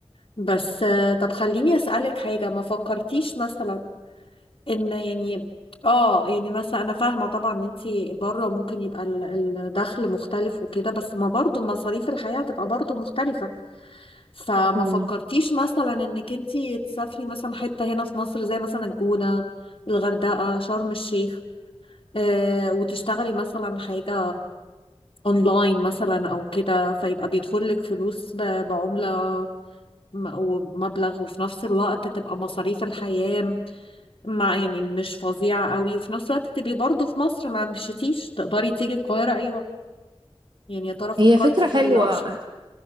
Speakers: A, on the left; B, on the right.
A: بس آه، طب خليني أسألك حاجة ما فكرتيش مثلا إن يعني اه يعني مثلا أنا فاهمة طبعا إن انت بره ممكن يبقى ال- الدخل مختلف وكده بس ما برضو مصاريف الحياة هتبقى برضو مختلفة فما
B: مم.
A: فكرتيش مثلا إنك انت تسافري مثلا حتة هنا في مصر زي مثلا الجونة الغردقة شرم الشيخ آه، وتشتغلي مثلا حاجة اونلاين مثلا او كده فيبقى بيدخل لك فلوس ب- بعملة م- ومبلغ وفي نفس الوقت تبقى مصاريف الحياة مع يعني مش فظيعة قوي وفي نفس الوقت تبقي برضه في مصر ما مشيتيش تقدري تيجي القاهرة اي وقت يعني يا ترى فكرتي
B: هي فكرة
A: في
B: حلوة
A: الاوبشن